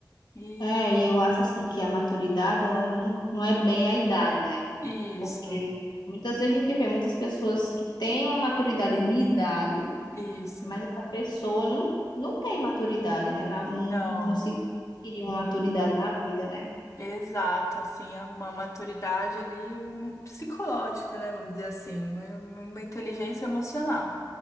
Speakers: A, on the left (about 45°); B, on the left (about 75°).
A: E
B: É, e eu acho assim que a maturidade, ela não, não é bem a idade, né?
A: isso,
B: Porque muitas vezes a gente vê muitas pessoas que têm uma maturidade de idade,
A: isso.
B: mas essa pessoa não, não tem maturidade, né? Na- Não,
A: Não,
B: não conseguiu adquirir uma maturidade na vida, né?
A: exato, assim, é uma maturidade ali hum, psicológica, né? Vamos dizer assim, uma, uma inteligência emocional.